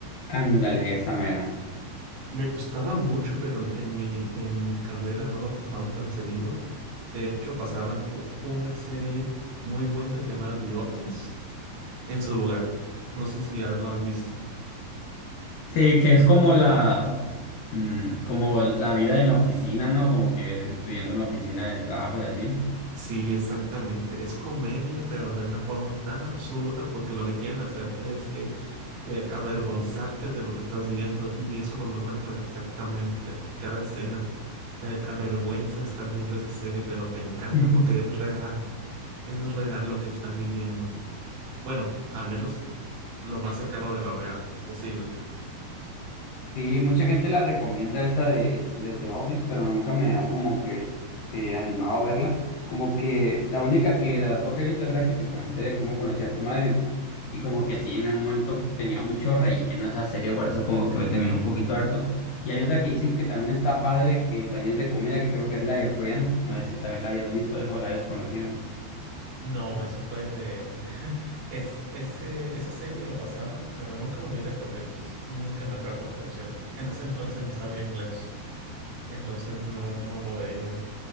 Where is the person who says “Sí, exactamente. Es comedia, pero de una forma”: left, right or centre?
Right